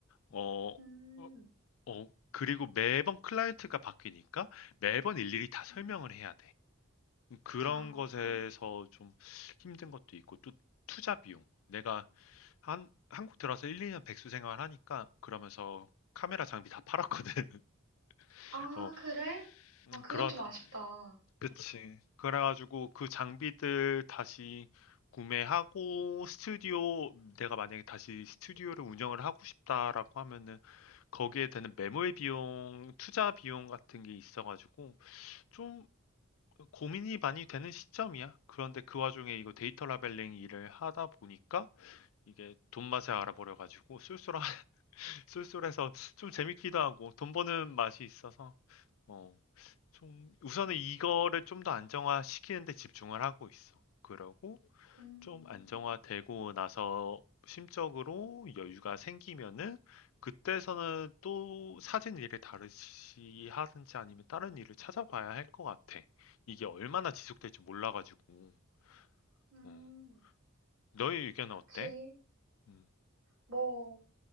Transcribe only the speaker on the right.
음,
음.
아,
아,
그래?
아, 그건
좀 아쉽다.
음,
음,
그치.
뭐,